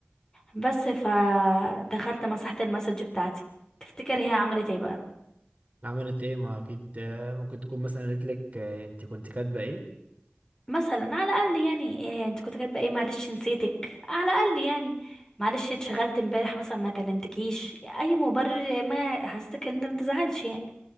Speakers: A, on the left; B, on the right.
A: بس فدخلت مسحت المسج بتاعتي تفتكر هي عملت ايه بقى
B: عملت ايه ما اكيد آه، ممكن تكون مثلا قالت لك آه، انت كنت كاتبه ايه
A: مثلا على الاقل يعني إيه انت كنت كاتبه ايه معلش نسيتك على الاقل يعني معلش اتشغلت امبارح مثلا ما كلمتكيش اي مبرر ما حسيتك ان انت ما تزعلش يعني